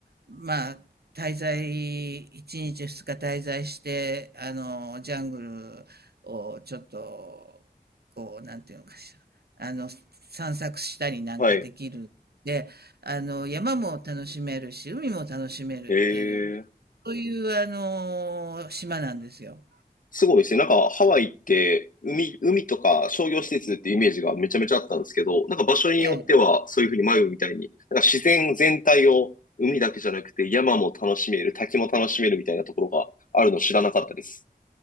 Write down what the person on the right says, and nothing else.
まあ、滞在、一日二日滞在して、あの、ジャングルをちょっと、こう、なんていうのかしら、あの、散策したりなんかできる。
で、あの、山も楽しめるし、海も楽しめるっていう、
そういう、あの、島なんですよ。
ええ